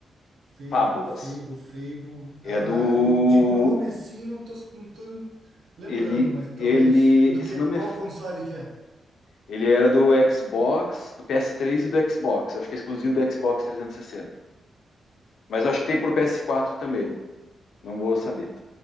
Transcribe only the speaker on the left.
Fábulas.
É
do
Ele,
ele,
se não
me,
ele era do Xbox, do PS3 e do Xbox. Eu acho que é exclusivo do Xbox 360. Mas eu acho que tem pro PS4 também. Não vou saber.